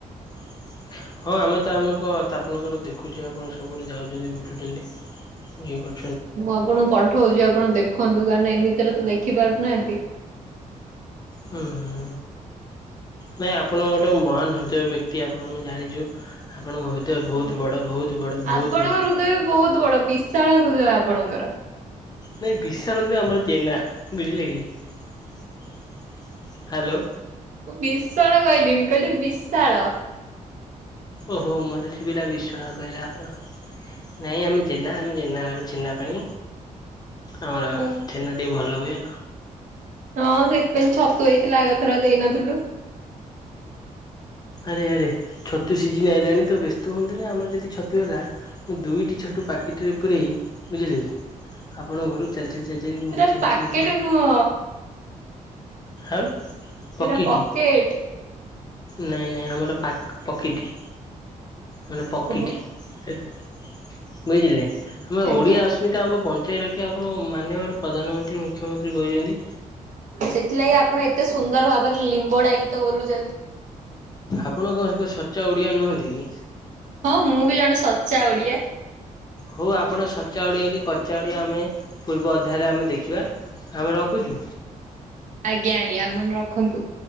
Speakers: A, on the left; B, on the right.
A: <inaudible> ହଁ ଆମେ ତ ଆମଙ୍କ ଆପଣଙ୍କର ଦେଖୁଛୁ ଆପଣ ସବୁଆଡେ ଯାଉଛନ୍ତି ବୁଲୁଛନ୍ତି ଇଏ କରୁଛ
B: ମୁଁ ଆପଣଙ୍କୁ ପଠଉଛି ଆପଣ ଦେଖନ୍ତୁ କାହିଁକିନା ଏମତି ଏଥିରେ ତ ଦେଖି ପାରୁନାହାନ୍ତି।
A: ହୁ ହୁ। ନାଇଁ ଆପଣ ଗୋଟେ ମହାନ ହୃଦୟ ବ୍ୟକ୍ତି ଆପଣ ଆମେ ଜାଣିଛୁ। ଆପଣଙ୍କ ହୃଦୟ ବହୁତ
B: ହଁ
A: ବଡ଼ ବହୁତ ବଡ଼ ବହୁତ
B: ଆପଣଙ୍କ
A: ବଡ଼
B: ହୃଦୟ ବହୁତ ବଡ ବିଶାଳ ହୃଦୟ ଆପଣଙ୍କର।
A: ନାଇ ବିଶାଳ ନୁହେଁ ଆମର ଜେନା ବୁଝିଲେ କି। ହ୍ୟାଲୋ।
B: ମୁଁ ବିଶ୍ବାଳ କହିଲିନି କହିଲି ବିଶାଳ।
A: ଓ ହୋ ମୋତେ ଶୁଭିଲା ବିଶ୍ୱାଳ କହିଲେ ଆପଣ। ନାଇଁ ଆମେ ଜେନା ଆମେ ଜେନା ଘରର ଛେନ୍ନା ପାଣି। ଆମର
B: ଓ।
A: ଛେନାଟିିକେ ଭଲ ହୁଏ।
B: ହଁ ସେଇଥିପାଇଁ ଛତୁ ହେଇଥିଲା ଆଗଥର ଦେଇନଥିଲୁ।
A: ଆରେ ଆରେ ଛତୁ ସିଜିିନ ଆଇଲାଣି ତ ବ୍ୟସ୍ତ ହୁଅନ୍ତୁନି ଆମର ଯଦି ଛତୁ ହେଲା ମୁଁ ଦୁଇଟି ଛତୁ ପ୍ୟାକେଟ୍ ରେ ପୁରେଇ ବୁଝିଲେକି ଆପଣଙ୍କ ଘରକୁ ଚା ଏ ଯେ ଯେ ଇ
B: ସେଟା
A: ଉଁ ଛି
B: ପାକେଟ
A: ଛି
B: ନୁହଁ
A: ଆଉ
B: ସେଇଟା
A: ପକିଟି
B: ପକେଟ।
A: ନାଇଁ ନାଇଁ ଆମର ପା ପକିଟି। ମାନେ ପକିଟି
B: ଓହୋ
A: ଏ ବୁଝିଲେ ଆମେ
B: ଆଜ୍ଞା।
A: ଓଡିଆ ଅସ୍ମିତା ଆମେ ପ ବଞ୍ଚେଇ ରଖିବା ଆପଣ ମାନ୍ୟବର ପ୍ରଧାନମନ୍ତ୍ରୀ ମୁଖ୍ୟମନ୍ତ୍ରୀ କହୁଛନ୍ତି।
B: ସେଥିଲାଗି ଆପଣ ଏତେ ସୁନ୍ଦର ଭାବରେ ଲିମ୍ବଡା ଗୀତ ବୋଲୁଚ
A: ଆପଣ କଣ ଏକ ସଚା ଓଡିଆ ନୁହନ୍ତି କି?
B: ହଁ ମୁଁ ବି ଜଣେ ସଚ୍ଚା ଓଡିଆ।
A: ହଉ ଆପଣ ସଚା ଓଡିଆ କି କଚା ଓଡିଆ ଆମେ ପୂର୍ବ ଅଧାୟରେ ଆମେ ଦେଖିବା। ଆମେ ରଖୁଛୁ।
B: ଆଜ୍ଞା ଆଜ୍ଞା ଆପଣ ରଖନ୍ତୁ।